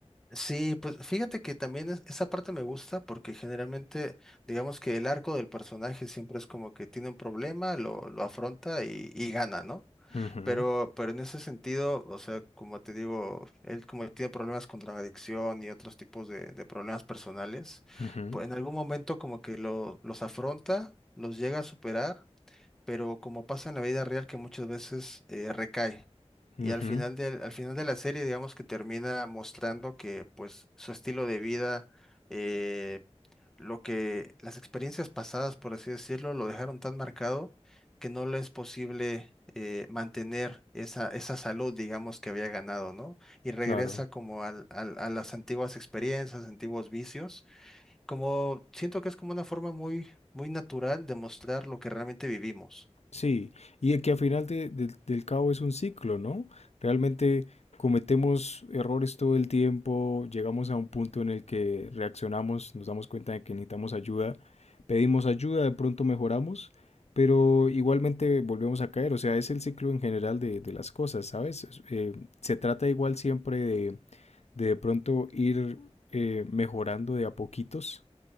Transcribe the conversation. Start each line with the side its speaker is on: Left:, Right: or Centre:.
Centre: Sí, pues fíjate que también es- esa parte me gusta porque generalmente, digamos que el arco del personaje siempre es como que tiene un problema, lo, lo afronta y, y gana, ¿no?
Left: Ujú,
Centre: Pero, pero en ese sentido, o sea, como te digo, él como tiene problemas con la adicción y otros tipos de, de problemas personales,
Left: ujú,
Centre: pues en algún momento como que lo, los afronta, los llega a superar pero como pasa en la vida real que muchas veces eh, recae.
Left: ujú,
Centre: Y al final del, al final de la serie, digamos que termina mostrando que pues su estilo de vida, eh, lo que las experiencias pasadas, por así decirlo, lo dejaron tan marcado que no le es posible eh, mantener esa, esa salud, digamos, que había ganado, ¿no? Y regresa
Left: claro.
Centre: como al- al- a las antiguas experiencias, antiguos vicios, como siento que es como una forma muy, muy natural de mostrar lo que realmente vivimos.
Left: Sí, y de que al final de- del del cabo es un ciclo, ¿no? Realmente cometemos errores todo el tiempo, llegamos a un punto en el que reaccionamos, nos damos cuenta de que necesitamos ayuda, pedimos ayuda, de pronto mejoramos, pero igualmente volvemos a caer, o sea, es el ciclo en general de, de las cosas, ¿sabes? Es- eh, se trata igual siempre de de, de pronto ir eh, mejorando de a poquitos